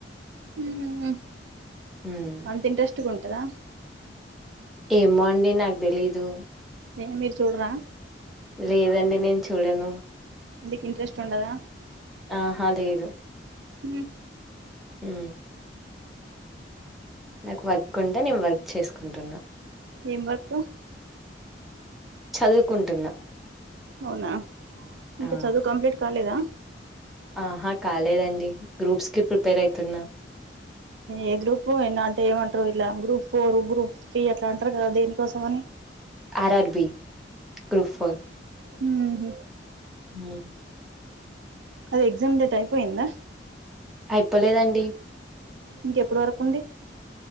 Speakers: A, on the right (about 80°); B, in the centre.
A: ఉమ్
B: మ్మ్
A: అంత ఇంట్రెస్ట్ కట్టుకుంటదా
B: ఏమో అండి నాక్ తెలీదు.
A: ఏ మీరు చూడరా
B: లేదండి నేను చూడను
A: ఎందుకు ఇంట్రెస్ట్ ఉండదా
B: ఆహ లేదు
A: మ్
B: మ్ నాకు వర్క్ ఉంటే నేను వర్క్ చేసుకుంటున్నా
A: ఏం వర్కు
B: చదువుకుంటున్నా
A: అవునా ఇంకా
B: ఆ
A: చదువు కంప్లీట్ కాలేదా
B: ఆహా కాలేదండి గ్రూప్స్కి ప్రిపేర్ అయితున్నా
A: ఏ గ్రూపు ఎన్న అంటే ఏమంటరు ఇట్ల గ్రూప్ ఫోరు, గ్రూప్ త్రీ అట్ల అంటరు కదా దేనికోసం అని
B: R R B group four
A: హ్ హ్
B: హ
A: అది ఎగ్జామ్ డేట్ అయిపోయిందా
B: అయిపోలేదండి.
A: ఇంకెప్పుడు వరకు ఉంది